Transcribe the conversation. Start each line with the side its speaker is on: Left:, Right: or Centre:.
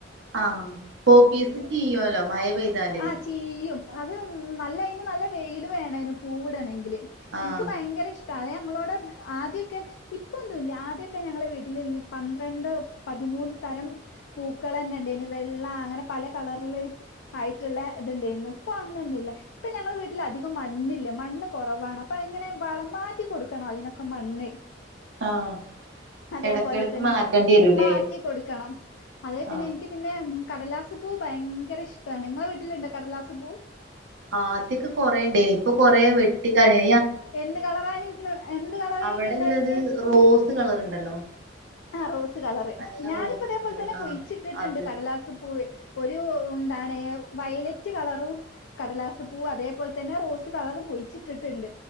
Right: ആഹ പോപീസ് ച്ചിയ്യുവല്ലോ മഴ പെയ്താല്
Left: ആ ചെയ്യും അത് നല്ല അതിന് നല്ല വെയിൽ വേണേന് പൂവിടണമെങ്കിൽ
Right: ആഹ്
Left: നിക്ക് ഭയങ്കര ഇഷ്ട അത് ഞങ്ങളോട് ആദ്യൊക്കെ ഇപ്പൊന്നുമല്ല ആദ്യൊക്കെ ഞങ്ങളുടെ വീട്ടിൽ പന്ത്രണ്ട് പതിമൂന്ന് തരം പൂക്കൾ തന്നെ ഉണ്ടന് വെള്ള അങ്ങനെ പല കളറൽ ആയിട്ടുള്ള ഇത്ണ്ടായിരുന്നു ഇപ്പൊ അങ്ങനെൊന്നുമല്ല ഇപ്പ ഞങ്ങളുടെ വീട്ടിൽ അധികം മണ്ണില്ല മണ്ണ് കുറവാണ് അപ്പൊ അങ്ങനെ വളം മാറ്റി കൊടുക്കണം അതിനൊക്കെ മണ്ണ്
Right: ആഹ്
Left: അതേപോലെ
Right: എടക്കെടക്ക്
Left: തന്നെ
Right: മാറ്റേണ്ടി വരൂല്ലേ
Left: മാറ്റിക്കൊടുക്കണം അതേ
Right: ആ
Left: പിന്നെ എനിക്ക് പിന്നെ കടലാസ് പൂ ഭയങ്കര ഇഷ്ടമാണ് നിങ്ങളെ വീട്ടിലുണ്ടോ കടലാസ് പൂ
Right: ആ്ദ്യൊക്കെ കൊറുണ്ട് ഇനിയിപ്പൊ കൊറ വെട്ടിക്കഴിഞ്ഞ
Left: എന്ത് കളറെനി എന്ത് കളർ
Right: അവിടെള്ളത്
Left: എനി ഇണ്ടയിനിയത്
Right: റോസ് കളറ്ണ്ടല്ലോ
Left: ആ റോസ് കളർ
Right: നല്ല
Left: ഞാനിപ്പോ
Right: റോസ്
Left: അതേപോലെ
Right: കളറ്
Left: തന്നെ കൊഴിച്ചിട്ടിട്ടുണ്ട്
Right: ആഹ് അത്
Left: കടലാസ്പ്പൂവ് ഒരു എന്താണ് വയലറ്റ് കളറും കടലാസപ്പൂ അതേപോലെ തന്നെ റോസ് കളറും കുഴിച്ചിട്ടിട്ടുണ്ട്